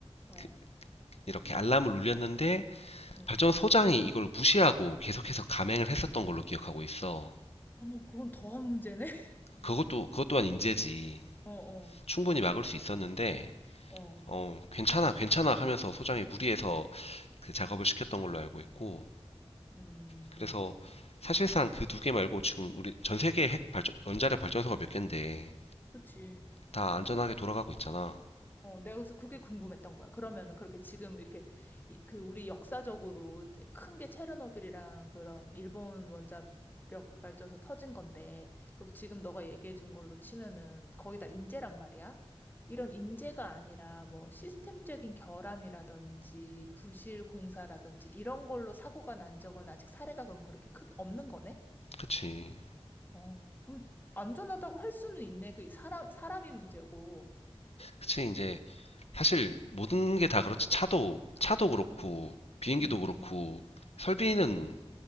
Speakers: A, on the left; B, on the left.
A: 어,
B: 그 이렇게 알람을 울렸는데
A: 응.
B: 발전 소장이 이걸 무시하고 계속해서 감행을 했었던 걸로 기억하고 있어.
A: 어머, 그건 더한 문제네? <laughs>
B: 그것도, 그것 또한 인재지.
A: 어, 어,
B: 충분히 막을 수 있었는데,
A: 어.
B: 어, 괜찮아, 괜찮아 하면서 소장이 무리해서 그 작업을
A: 음,
B: 시켰던 걸로 알고 있고,
A: 음,
B: 그래서 사실상 그 두 개 말고 지금 우리 전 세계 핵 발전, 원자력 발전소가 몇 개인데
A: 그치.
B: 다 안전하게 돌아가고 있잖아.
A: 어, 내가 그래서 그게 궁금했던 거야. 그러면은 그렇게 지금 이렇게 이- 그 우리 역사적으로 큰 게 체르노빌이랑 그런 일본 원자력 발전소 터진 건데, 그럼 지금 너가 얘기해 준 걸로 치면은 거의 다 인재란 말이야. 이런 인재가 아니라 뭐 시스템적인 결함이라든지 부실 공사라든지 이런 걸로 사고가 난 적은 아직 사례가 그럼 그렇게 크게 없는 거네?
B: 그치.
A: 어, 그럼 안전하다고 할 수는 있네. 그 사람, 사람이 문제고.
B: 그치, 이제, 사실 모든 게 다 그렇지. 차도, 차도 그렇고,
A: 음,
B: 비행기도
A: 음,
B: 그렇고,
A: 음.
B: 설비는